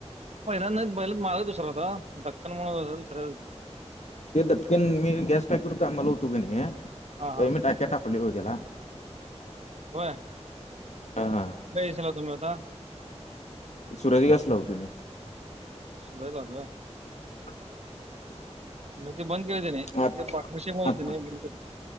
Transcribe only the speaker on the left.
दख्खन मी गॅस टाकीवर कामाला होतो का नाही त्यावेळेस
टाक्या टाकले ओ त्याला.
हा हा!
सुरज गॅस ला होतो.
<inaudible>
आत-
आत-